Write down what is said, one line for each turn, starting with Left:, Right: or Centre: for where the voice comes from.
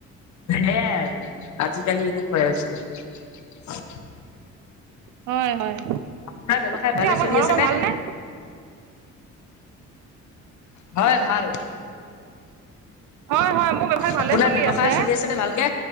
Left: সেয়াই আৰু আজিকালি এনেকুৱাই হৈছে।
Right: হয়- হয়
Left: আপোনাৰ ব্যৱসায়
Right: এতিয়া
Left: ভালে
Right: আমাৰ
Left: চলি
Right: ঘৰৰ
Left: আছে
Right: পৰা
Left: নে?
Right: ভালনে
Left: হয় ভাল।
Right: হয়- হয় মোৰ ব্যৱ হয় ভালে
Left: আপোনাৰ
Right: চলি
Left: ব্যৱসায়
Right: আছে
Left: চলি নে ভালকে?